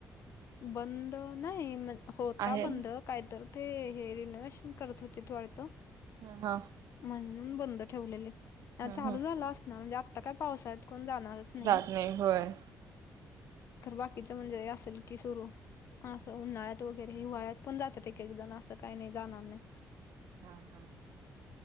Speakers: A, on the left (about 55°); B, on the right (about 85°).
A: बंद नाही. म होता
B: आहे
A: बंद. काय तर ते हे रिनोवेशन करत होते. <unintelligible>
B: हां. हां.
A: म्हणून बंद ठेवलेले.
B: हम्म
A: चालू
B: हम्म
A: झालं असणार म्हणजे आत्ता काय पावसाळ्यात कोण जाणार? <unintelligible> नाही.
B: जात होय
A: खर बाकीच म्हणजे असेल की सुरू. असं उन्हाळ्यात वगैरे. हिवाळ्यात पण जातात एक एक जण असं काही नाही जाणार नाही.
B: हा हा